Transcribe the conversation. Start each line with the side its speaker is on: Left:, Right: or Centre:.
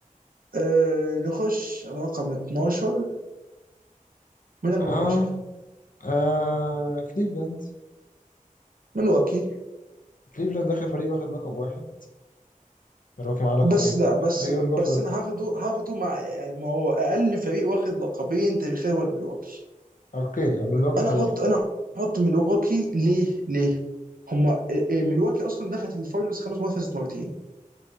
Right: أه نخش على رقم 12 من رقم
Left: اه,
Right: 12
Left: آه كليفلاند
Right: من واكي
Left: كليفلاند اخر فريق واخد لقب واحد ملواكي معاه لقبين
Right: بس لا بس
Left: ايول
Right: بس
Left: جوفر
Right: انا هاخده هاخده مع يعني ما هو اقل فريق واخد لقبين تاريخيا هو الملواكي
Left: اوكي ملواكي
Right: انا
Left: ال 11
Right: احط انا احط ملواكي ليه ليه هما إيه- إيه، ملواكي اصلا دخلت الفاينلز خمس مرات فازت مرتين